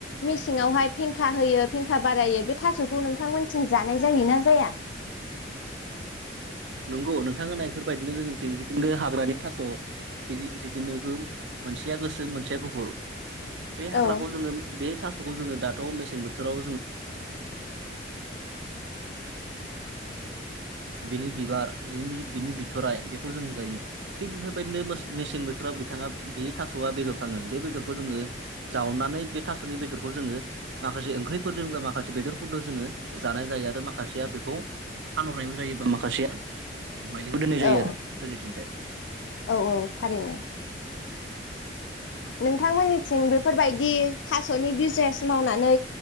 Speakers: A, on the left; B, on the right.
A: मेसेंआवहाय फेंखा होयो फेंखा बारायो बे थासखौ नोंथां मोननि थिं जानाय जायोना जाया
B: नंगौ नोंथां होननाय बेफोर बायादिनो जों दिनजिथिंगो हाग्रानि थासदि जिदि जिदिनोगोम मोनसेया गोसोम मोनसेया गुफुर बे
A: औ
B: हाग्राखौ जोङो बे थासखौ जोङो दाथ मेसें बोथोराव बेनि बिबार बिनि बिनि बिथराइ बेखौ जों जायो थिग बेफोरबायदिनो मोस मेसें बोथोराव बिथाङा बे थासआ बेदर थाङो बे बेदरखौ जोङो जावनानै बे थासनि बेदरखौ जोङो माखासे ओंख्रिफोरजों बा माखासे बेदरफोरजों जोङो जानाय जायो आरो माखासेया बेखौ फानहरनायबो जायोबा माखासेया माइलिखौ दोननाय
A: औ
B: जायो आरो जोंनिथिं जाय।
A: औ थारैनो नोंथांमोननिथिं बेफोरबायदि थास'नि बिजनेस मावनानै